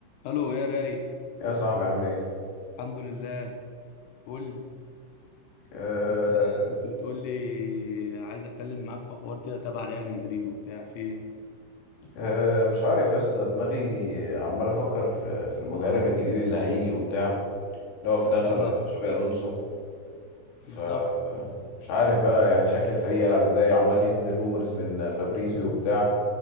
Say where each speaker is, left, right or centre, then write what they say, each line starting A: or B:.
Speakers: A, on the left; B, on the left.
A: الو يا راي
B: يا صاحبي عامل ايه؟
A: الحمد لله قول لي
B: أه
A: انت كنت بتقول لي عايز اتكلم معاك في حوار كده تبع ريال مدريد وبتاع في ايه؟
B: أه مش عارف يا اسطى دماغي عمال افكر في في المدرب الجديد اللي هيجي وبتاع اللي هو في الاغلب
A: اه
B: هيبقى تشابي الونسو ف
A: بالظبط
B: مش عارف بقى يعني شكل الفريق يلعب ازاي عمال ينزل رومرز من فابريزيو وبتاع